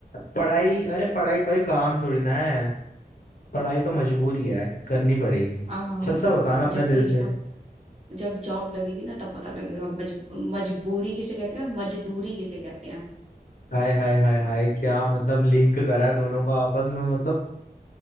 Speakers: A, on the left (about 60°); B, on the right (about 40°).
A: पढ़ाई अरे पढ़ाई का ही काम थोड़ी ना है पढ़ाई तो मजबूरी है करनी पड़ेगी
B: आह,
A: सच्चा बताना अपने
B: जब
A: दिल
B: तेरी
A: से
B: जॉब जब जॉब लगेगी ना तब पता लगेगा मज, मजबूरी किसे कहते हैं और मजदूरी किसे कहते हैं
A: हाय हाय हाय हाय क्या मतलब लिंक करा है दोनों को आपस में मतलब